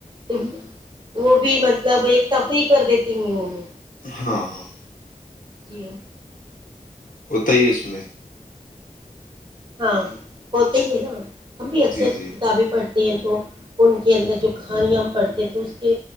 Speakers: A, on the right; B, on the left.
A: <unintelligible> وہ بھی مطلب ایک تفریح کر دیتی ہیں انیں
B: ہاں ہاں
A: جی ہ
B: ہوتا ہی اس میں
A: ہاں ہو تو ہی ہے نا ہم بھی اکثر
B: جی جی
A: کتابیں پڑھ تو ان کے اندر جو کہانیاں ہم پڑھتے ہیں تو اس کے